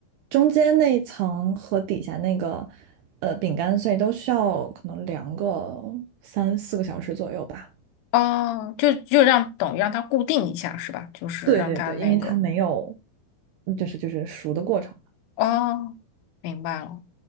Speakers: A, on the right; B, on the left.
A: 中间那一层和底下那个，呃，饼干碎都需要可能凉个三四个小时左右吧。
B: 哦，就就让等于让它固定一下是吧？就是让它那个
A: 对对对，因为它没有，嗯就是就是熟的过程。
B: 哦，明白了。